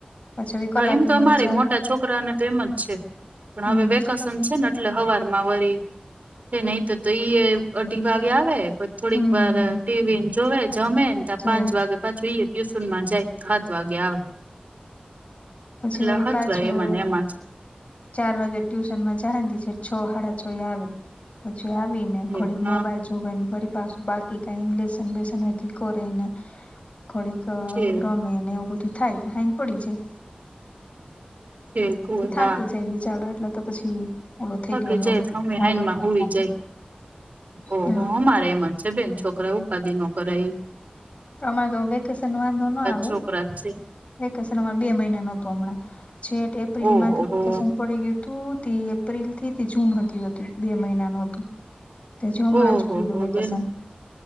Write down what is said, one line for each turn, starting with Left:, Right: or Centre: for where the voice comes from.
Left: પછી હવે કલાક
Right: હા એમ
Left: એક
Right: તો
Left: મજા
Right: અમારે મોટા છોકરાને તો એમ જ છે પણ
Left: હમ
Right: હવે વેકેશન છે ને એટલે હવાર માં વરી છે ને એ તો તો ઈ અઢી વાગે આવે પ થોડીક
Left: હમ
Right: વાર
Left: હમ હમ
Right: ટીવીને જોવે જમે ને્યા
Left: છે
Right: પાંચ વાગે પાછીઈ ટ્યુસન માં જાય સાત વાગે આવે.
Left: પછી
Right: એટલે
Left: વરી
Right: હચવાય
Left: પાછું
Right: એમાં ને એમાં
Left: ચાર વાગે ટ્યુશન માં જી છે છ સાાડા છો આવે પછી આવી ને
Right: જ
Left: થોડીક
Right: હા
Left: મોબાઈલ જો બે ફરી પાછું બાકી કઈ લસન બેસન કરે ને થોડીક
Right: છે
Left: રમે ને એવું બધું થાય તો થાઈને પડી જાય.
Right: બલકુલ
Left: થાકી
Right: હા
Left: જાય બિચારો એટલે તો પછી ઓલો થઈ
Right: થાકે
Left: ગયો હ
Right: જ અમે
Left: જાડો
Right: હનમાં
Left: ન થતો
Right: હોવી જાય. ઓહો
Left: હા
Right: અમારે એમાં જ છે બેન છોકરા ઉપાધિ નો કર એ.
Left: અમારે તો વેકેશન વાંધો ના આવે.
Right: છોકરા છે
Left: વેકેશન અમા બે મહિના ન હતું હમણાં છેઠ એપ્રિલ
Right: ઓહો
Left: માંથી
Right: હો
Left: વેકેશન પડી ગયું હતું તે એપ્રિલ થી જૂન હતી હતી બે મહિનાનું હતું. તે હજી હમણાં
Right: ઓહો
Left: જ ખુલ્લું
Right: હો
Left: વેકેશન
Right: બેન